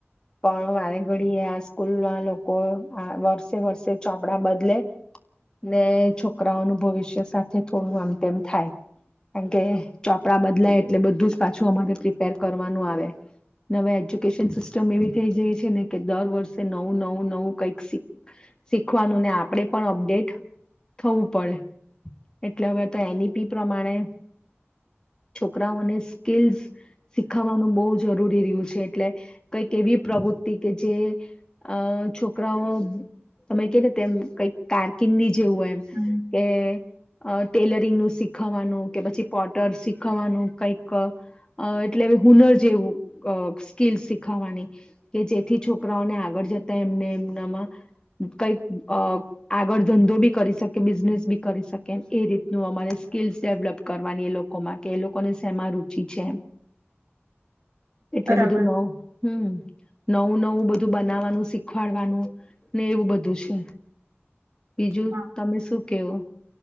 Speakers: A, on the left; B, on the right.
A: પણ વારે ઘ ડિયે આ સ્કૂલ ના લોકો આ વર્ષે વર્ષે ચોપડા બદલે, ને છોકરાઓનું ભવિષ્ય સાથે થોડું આમ તેમ થાય, કારણકે ચોપડા બદલાય એટલે બધું જ પાછું અમારે પ્રિપેર કરવાનું આવે, નવે એજ્યુકેશન સિસ્ટમ એવી થઈ જાય છે ને કે દર વર્ષે નવું નવું નવું કંઈક શીખ શીખવાનું ને આપણેે પણ અપડેટ થવું પડે, એટલે હવે તો એનેપી પ્રમાણે, છોકરાઓને સ્કીલસ શીખાવાનું બહુ જ જરૂરી રહ્યું છે એટલે, કઈક એવી પ્રવૃત્તિ કે જે, અ છોકરાઓ તમે કે ને તેમ કઈક કારકિનની જેવું એમ,
B: હમ
A: કે અ ટેલરિંગનું શીખવાનું કે પછી પોટર શીખવાનું કઈક અ એટલે હુનર જેવું અ સ્કીલ શીખવાની. કે જેથી છોકરાઓને આગળ જતા એમને એમનામાં કઈક અ આગળ ધંધો બી કરી શકે બિઝનેસ બી કરી શકે એ રીતનું અમારે સ્કીલ્સ ડેવલપ કરવાની એ લોકો માટે કે એ લોકોને શેમાં રુચિ છે. એટલે
B: બરાબર
A: બધું ન હમ. નવું નવું બધું બનાવવાનું શીખવાડવાનું ને એવું બધું છે. બીજું
B: હા
A: તમે શું કેવો